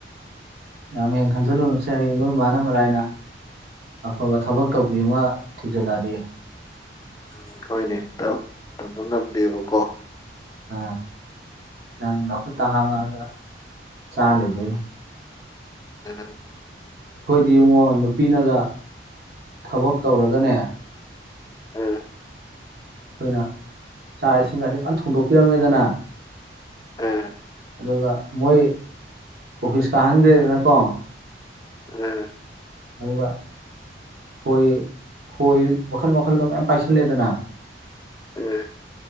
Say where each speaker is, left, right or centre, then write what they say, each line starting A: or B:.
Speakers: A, on the right; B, on the left.
A: ꯌꯥꯝ ꯍꯦꯟꯅ ꯈꯟꯖꯜꯂꯨꯨꯔꯁꯦ ꯍꯌꯦꯡ ꯅꯣꯏ ꯏꯃꯥꯅ ꯃꯔꯥ ꯍꯥꯏꯅ ꯑꯐꯕ ꯊꯕꯛ ꯇꯧꯕꯤ ꯑꯃ ꯊꯤꯖꯤꯜꯂꯔꯤ
B: ꯎꯝ ꯍꯣꯏꯅꯦ ꯇꯧꯕ ꯉꯝꯗꯦꯕꯀꯣ
A: ꯑ ꯅꯪ ꯂꯐꯨꯠꯇ ꯍꯥꯥꯃꯗ ꯆꯥ ꯂꯩꯗꯣꯏꯅꯦ
B: ꯑ
A: ꯑꯩꯈꯣꯏꯗꯤ ꯌꯦꯡꯉꯣ ꯅꯨꯄꯤꯅꯒ ꯊꯕꯛ ꯇꯧꯔꯒꯅꯦ
B: ꯑ
A: ꯑꯩꯈꯣꯏꯅ ꯆꯥꯛ ꯏꯁꯤꯡ ꯑꯁ ꯌꯥꯝ ꯊꯣꯡꯗꯣꯛꯄꯤꯔꯝꯃꯦꯗꯅ
B: ꯎꯝ
A: ꯑꯗꯨꯒ ꯃꯣꯏ ꯑꯣꯐꯤꯁ ꯀꯥꯍꯟꯗ꯭ꯔꯦꯗꯅꯀꯣ
B: ꯎꯝ
A: ꯑꯗꯨꯒ ꯍꯣꯏ ꯍꯣꯏ ꯃꯈꯜ ꯃꯈꯜꯗꯣ ꯃꯌꯥꯝ ꯄꯥꯏꯁꯜꯂꯦꯗꯅ
B: ꯎꯝ